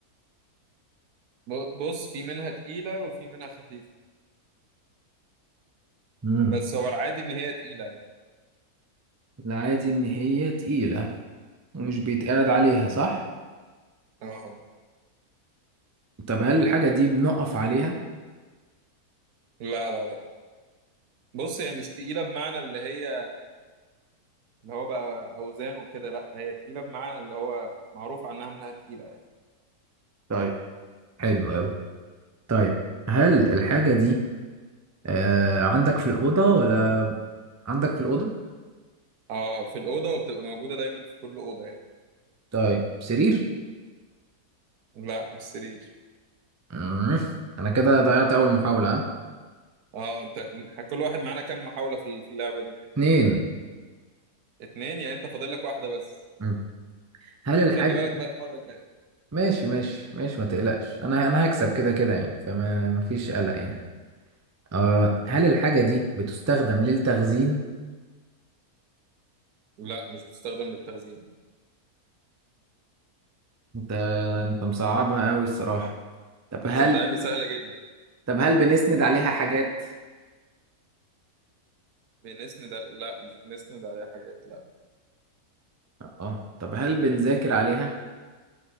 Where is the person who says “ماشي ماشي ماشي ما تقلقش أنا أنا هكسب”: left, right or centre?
Right